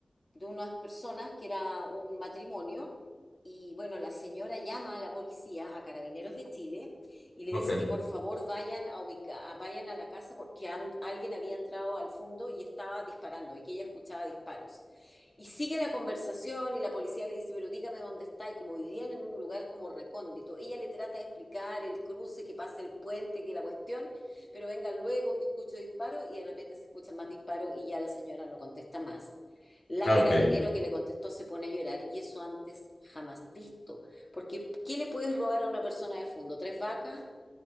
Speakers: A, on the left; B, on the left.
A: de unas personas que era un matrimonio. Y bueno, la señora llama a la policía, a Carabineros de Chile, y le
B: Okay.
A: dice que por favor vayan a ubica- a- vayan a la casa porque han- alguien había entrado al fondo y estaba disparando y que ella escuchaba disparos. Y sigue la conversación y la policía le dice, pero dígame dónde está. Y como vivían en un lugar como recóndito, ella le trata de explicar el cruce, que pase el puente, que la cuestión, pero venga luego que escucho disparos y de repente se escuchan más disparos y ya la señora no contesta más. La
B: Ah,
A: carabinero
B: Okay.
A: que le contestó se pone a llorar y eso antes jamás visto. Porque, ¿qué le puedes robar a una persona de fondo? ¿Tres vacas?